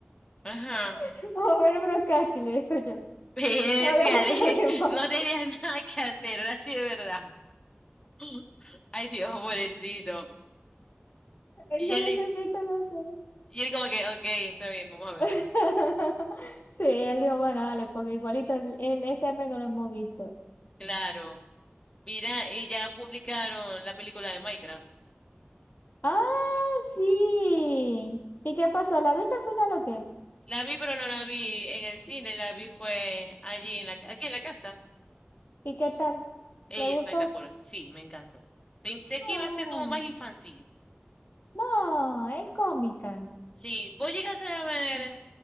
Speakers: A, on the left (about 20°); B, on the left (about 55°).
A: Ajá.
B: <laughs> Vamos a ver un brocante, le digo yo.
A: <laughs> Pero,
B: Ahora
A: tía,
B: pues
A: le-
B: salimos. <laughs>
A: no tenías nada que hacer, ahora sí de verdad. <laughs> Ay, Dios, pobrecito.
B: Él
A: Y
B: dice,
A: él,
B: necesito, no sé.
A: y él como que, ok, está bien, vamos a verlo.
B: <laughs> Sí, él dijo, bueno, dale, porque igualito el, el- este mes no lo hemos visto.
A: Claro. Mira, y ya publicaron la película de Minecraft.
B: Ah, sí. ¿Y qué pasó? ¿La viste al final o qué?
A: La vi, pero no la vi en el cine, la vi fue allí, en la, aquí en la casa.
B: ¿Y qué tal?
A: Ey,
B: ¿Le gustó?
A: espectacular. Sí, me encantó. Pensé
B: Ah,
A: que iba a ser como más infantil.
B: no, es cómica.
A: Sí, vos llegaste a ver